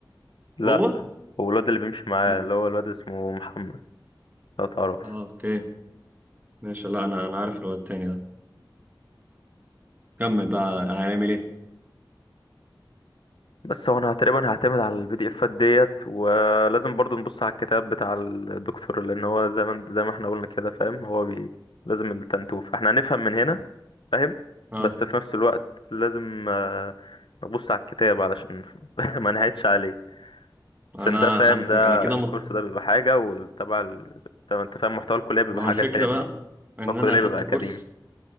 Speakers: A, on the left; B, on the right.
A: لا
B: هو
A: هو الواد اللي بيمشي معايا
B: م...
A: اللي هو الواد اسمه محمد لو تعرف
B: اه اوكي ماشي لا انا انا عارف الواد التاني ده كمل بقى هنعمل ايه
A: بس هو انا تقريبا هعتمد على البي دي افات ديت ولازم برضو نبص على الكتاب بتاع الدكتور لان هو زي ما زي ما احنا قلنا كده فاهم هو بي... لازم التنتوف احنا هنفهم من هنا فاهم
B: اه
A: بس في نفس الوقت لازم آه، نبص على الكتاب علشان <laughs> ما نهيتش عليه عشان
B: انا
A: ده فاهم
B: انت
A: ده
B: انا كده
A: الكورس
B: مط...
A: ده بيبقى حاجة وتبع ال... طب انت فاهم محتوى الكلية بيبقى
B: ما هو
A: حاجة
B: الفكرة
A: تاني
B: بقى
A: محتوى
B: ان
A: الكلية
B: انا اخدت
A: بيبقى أكاديمي
B: كورس